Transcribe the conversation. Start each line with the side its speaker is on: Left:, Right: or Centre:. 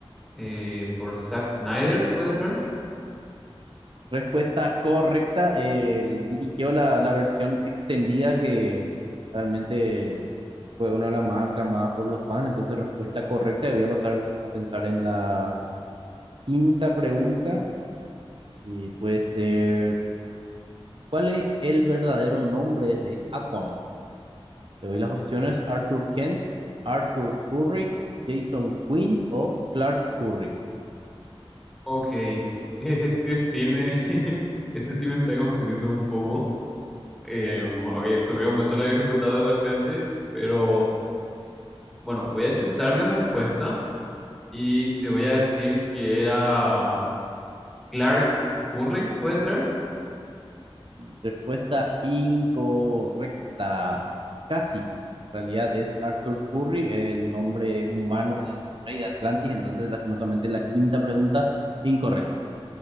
Centre: eh, por Zack Snyder, ¿puede ser?
Right: Respuesta correcta. eh, Él dirigió la, la versión extendida que realmente fue una de las más aclamadas por los fans. Entonces, respuesta correcta. Y voy a pasar a pensar en la quinta pregunta. Y puede ser, ¿cuál es el verdadero nombre de Aquaman? Te doy las opciones: Arthur Kent, Arthur Curry, Jason Quinn o Clark Curry.
Centre: Ok, <laughs> este sí me, <laughs> este sí me está confundiendo un poco. Eh, ok, subió mucho la dificultad de repente, pero bueno, voy a chutar mi respuesta y te voy a decir que era Clark Curry, ¿puede ser?
Right: Y respuesta incorrecta. Casi. En realidad es Arthur Curry, el nombre humano del rey de Atlantis. Entonces, lastimosamente, la quinta pregunta incorrecta.